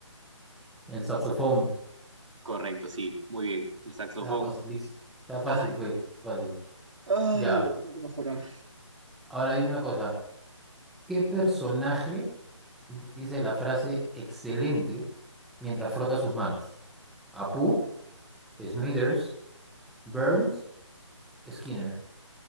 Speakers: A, in the centre; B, on the right.
A: El saxofón.
B: Correcto, sí, muy bien. El saxofón.
A: Está fácil, lis- Está fácil,
B: Ay,
A: pues. está fácil.
B: Ay,
A: Ya.
B: de verdad tengo que mejorar.
A: Ahora dime una cosa. ¿Qué personaje dice la frase excelente mientras frota sus manos? ¿Apu, Smithers, Burns, Skinner?